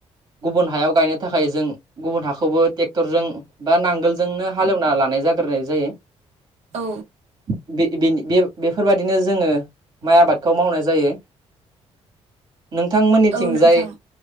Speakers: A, on the right; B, on the right.
A: गुबुन हायाव गायनो थाखाय जों गुबुन हाखौबो टेक्टरजों बा नांगोलजोंनो हालेवना <unintelligible> <unintelligible> जाग्रोनाय जायो।
B: औ।
A: <unintelligible> दिनो जोङो माय आबादखौ मावनाय जायो। नोंथांमोननिथिंजाय
B: औ नोंथां